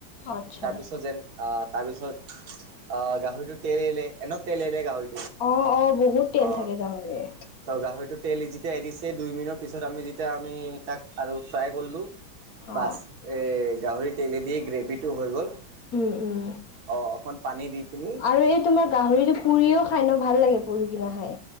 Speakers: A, on the left; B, on the right.
A: আচ্ছা
B: তাৰপিছত যেন আহ তাৰ পিছত আহ গাহৰিটো তেল এলে এন তেলেৰে গাহৰি
A: অ অ বহুত তেল
B: অ
A: থাকে গাহৰিৰ
B: ত গাহৰিটো তেল যেতিয়া এৰিছে দুই মিনিৰ পিছত আমি যেতিয়া আমি তাক আৰু ফ্ৰাই কৰিলোঁ
A: অ
B: বাছ এ গাহৰি তেলে দিয় গ্ৰেভিটো হৈ গ'ল
A: উম উম
B: অ অকমান পানী দি পিনি
A: আৰু এই তোমাৰ গাহৰিতো পুৰিও খাই ন ভাল লাগে পুৰি কিনা খাই